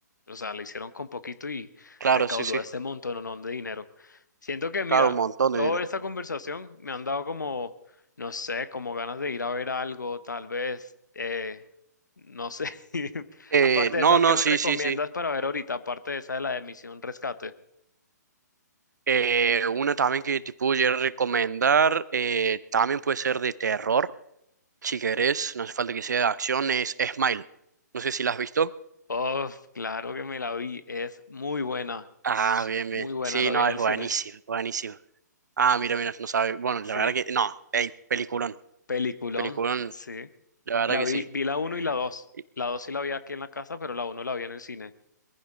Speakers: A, on the left (about 80°); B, on the right (about 70°).
A: o sea, la hicieron con poquito y
B: Claro,
A: recaudó
B: sí, sí.
A: este montón ¿no? de dinero. Siento que, mira,
B: Claro, un montón de
A: toda
B: dinero.
A: esta conversación me han dado como, no sé, como ganas de ir a ver algo, tal vez, eh, no sé. <laughs>
B: Eh,
A: Aparte
B: no,
A: de esas
B: no,
A: que me
B: sí,
A: recomiendas
B: sí, sí.
A: para ver ahorita, aparte de esa de la de Misión Rescate.
B: Eh, una también que te pudiera recomendar, eh, también puede ser de terror. Si querés, no hace falta que sea de acción, es Smile. No sé si la has visto.
A: Oh, claro que me la vi, es muy buena,
B: Ah,
A: es
B: bien,
A: muy
B: bien.
A: buena,
B: Sí,
A: la vi
B: no,
A: en
B: es
A: el
B: buenísimo,
A: cine.
B: buenísimo. Ah, mira, mira, no sabe. Bueno, la
A: Sí.
B: verdad que no, hey, peliculón,
A: Peliculón,
B: peliculón,
A: sí.
B: la verdad
A: La
B: que
A: vi,
B: sí.
A: vi la uno y la 2.
B: Y-
A: La 2 sí la vi aquí en la casa, pero la uno la vi en el cine.